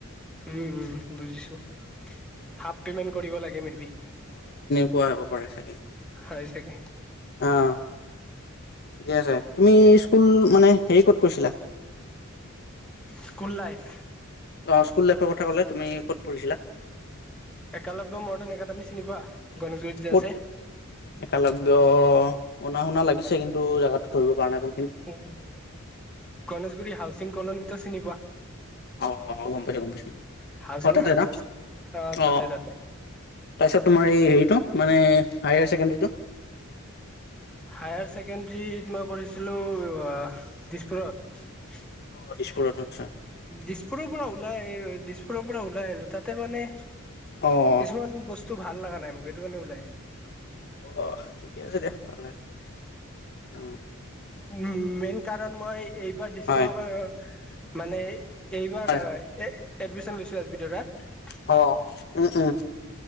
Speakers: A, in the centre; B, on the left.
A: উম উম বুজিছো হাফ পেমেণ্ট কৰিব লাগে মে বি
B: কোৱা হ'ব পাৰে চাগে
A: হয় চাগে
B: আহ ঠিকে আছে তুমি স্কুল মানে হেৰি কত কৈছিলা
A: স্কুল লাইফ
B: অ স্কুল লাইফৰ কথা কলে তুমি ক'ত পঢ়িছিলা
A: একালব্য মৰ্ডাণ একাডেমী চিনি পোৱা গণেশগুৰিত যে
B: ক'ত
A: আছে
B: একালব্য শুনা শুনা লাগিছে কিন্তু জেগাতো ধৰিব পৰা নাই ক
A: উ গণেশগুৰি হাউচিং কলনী তো চিনি পোৱা
B: অ গম পাইছো গম পাইছো
A: হাউচিঙৰ
B: অ তাতে
A: আগত
B: না
A: আছে তাতে
B: অ
A: তাতে
B: তাৰপিছত তোমাৰ এই হেৰিটো মানে হায়াৰ ছেকেণ্ডাৰীটো
A: হায়াৰ ছেকেণ্ডৰীত মই কৰিছিলোঁ দিছপুৰত
B: অ' দিছপুৰত ন
A: দিছপুৰৰ পৰা ওলাই আহি দিছপুৰৰ পৰা ওলাই আহিলো তাতে মানে
B: অ'
A: কিছুমান বস্তু ভাল লগা নাই মোক এইটো কাৰণে ওলাই আহিলো
B: অহ ঠিকে আছে দিয়া ভালে অ
A: উ মেইন কাৰণ মই এইবাৰ দিছপুৰৰ
B: হয়
A: পাৰৰ মানে এইবাৰ
B: হয় হয়
A: এ এডমিশ্যন লৈছো এছ বি টৰাত
B: হ উম উম